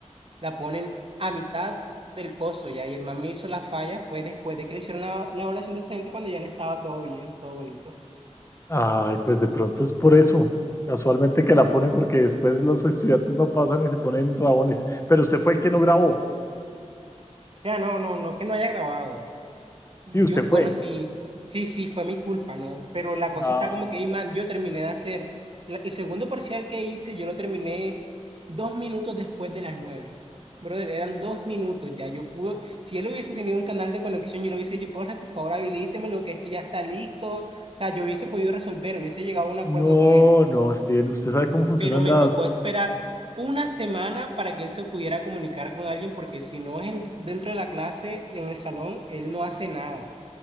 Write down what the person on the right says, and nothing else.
la ponen a mitad del coso ya, y el MAN me hizo la falla fue después de que le hicieron la, la evaluación docente cuando ya le estaba todo bien, todo bonito.
O sea, no, no, no que no haya grabado. Yo,
bueno, sí, sí, sí, fue mi culpa, ¿no? Pero la cosa
está como que, ey, man, yo terminé de hacer la- el segundo parcial que hice, yo lo terminé dos minutos después de las nueve. Brother, eran dos minutos ya. Yo pude, si él hubiese tenido un canal de conexión, yo le hubiese dicho, profe, por favor, habilíteme lo que es que ya está listo. O sea, yo hubiese podido resolver, hubiese llegado a un acuerdo
con él.
Pero me
tocó esperar una semana para que él se pudiera comunicar con alguien, porque si no es en- dentro de la clase, en el salón, él no hace nada.